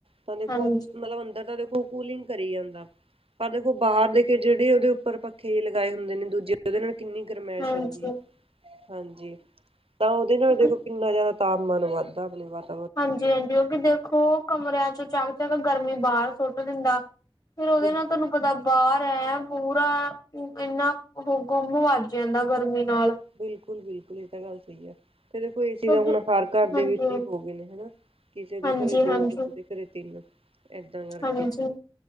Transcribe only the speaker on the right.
ਤਾਂ ਦੇਖੋ
ਮਤਲਬ ਅੰਦਰ ਦਾ ਦੇਖੋ। ਉਹ ਕੂਲਿੰਗ ਕਰੀ ਜਾਂਦਾ ਪਰ ਦੇਖੋ ਬਾਹਰ ਦੇ ਕੇ ਜਿਹੜੇ ਉਹਦੇ ਉੱਪਰ ਪੱਖੇ ਲਗਾਏ ਹੁੰਦੇ ਨੇ ਦੂਜੇ। ਉਹਦੇ ਨਾਲ ਕਿੰਨੀ ਗਰਮਾਇਸ਼
ਆਉਂਦੀ ਹੈ ਹਾਂਜੀ ਤਾਂ ਉਹਦੇ ਨਾਲ ਦੇਖੋ
ਕਿੰਨਾ ਜ਼ਿਆਦਾ। ਤਾਪਮਾਨ ਵੱਧਦਾ ਆਪ ਵ
ਬਿਲ
ਬਿਲਕੁਲ ਬਿਲਕੁਲ ਇਹ ਤਾਂ ਗੱਲ ਸਹੀ ਆ। ਤੇ ਦੇਖੋ ਏ ਚੀ
ਤਾਂ ਹੁਣ ਹਰ ਘਰ
ਦੇ ਵਿੱਚ ਹੀ ਹੋ ਗਏ ਨੇ ਹਨਾ ਕਿਸੇ ਦੇ
ਘਰੇ ਦੋ
ਕਿਸੇ ਦੇ ਘਰੇ ਤਿੰਨ ਏਦਾਂ ਕਰਕੇ